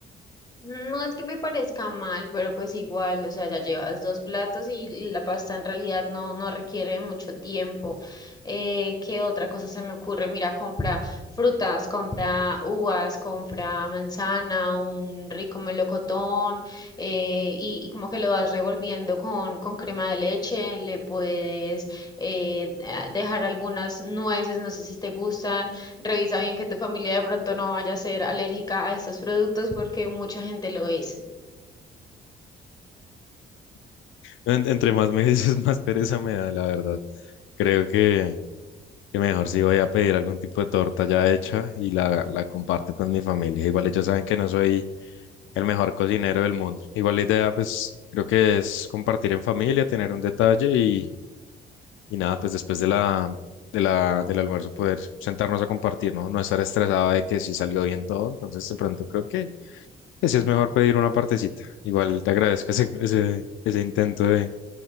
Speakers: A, on the left; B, on the left.
A: No es que me parezca mal, pero pues igual, o sea, ya llevas dos platos y la pasta en realidad no, no requiere mucho tiempo. Eh, ¿qué otra cosa se me ocurre? Mira, compra frutas, compra uvas, compra manzana, un rico melocotón, eh, y, y como que lo vas revolviendo con, con crema de leche, le puedes eh, a- dejar algunas nueces, no sé si te gustan Revisa bien que tu familia de pronto no vaya a ser alérgica a estos productos porque mucha gente lo es.
B: En- entre más me dices, <laughs> más pereza me da, la verdad. Creo que... Y mejor si voy a pedir algún tipo de torta ya hecha y la, la comparto con mi familia. Igual ellos saben que no soy el mejor cocinero del mundo. Igual la idea, pues, creo que es compartir en familia, tener un detalle y, y nada, pues después de la, de la, del almuerzo poder sentarnos a compartir, ¿no? No estar estresado de que si salió bien todo. Entonces, de pronto creo que, que sí es mejor pedir una partecita. Igual te agradezco ese, ese, ese intento de,